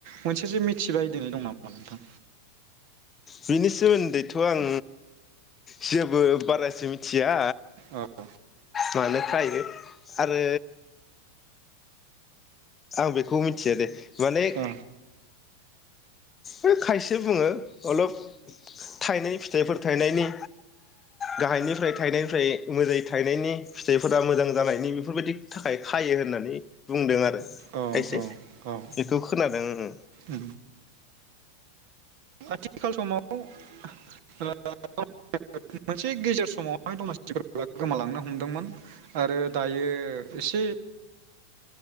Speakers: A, on the right (about 45°); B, on the left (about 20°).
A: मोनसेसो मिथिबाय दि दं नामा नोंथां।
B: बिनिसोमोनदै। थ' आं। जेबो बारासो मिथिया
A: औ आंबो
B: मानो खायो। आरो आं बेखौ मिथिया दे। माने।
A: औ
B: है खायसे बुङो अलप थायनै फिथाइफोर थायनायनि गाहायनिफ्राय थायनायनिफ्राय मोजाङै थायनायनि फिथाइफोरा मोजां जानायनि बेफोरबायदि थाखाय खायो होननानै बुंदों आरो खायसे
A: औ औ
B: बेखौ खोनादों आङो।
A: औ आथिखाल समाव ओ <unintelligible> मोनसे गेजेर समावहाय दमासि गोमालांनो हमदोंमोन आरो दायो एसे